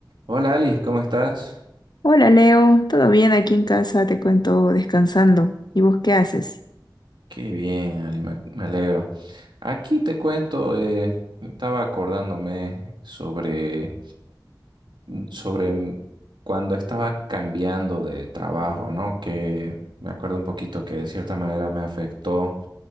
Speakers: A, on the right; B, on the left.
A: Hola Ali, ¿cómo estás?
B: Hola Leo, ¿todo bien aquí en casa? Te cuento descansando. ¿Y vos qué haces?
A: Qué bien, Ali, me, me alegro. Aquí te cuento, eh, estaba acordándome sobre, sobre mm, cuando estaba cambiando de trabajo, ¿no? Que me acuerdo un poquito que de cierta manera me afectó.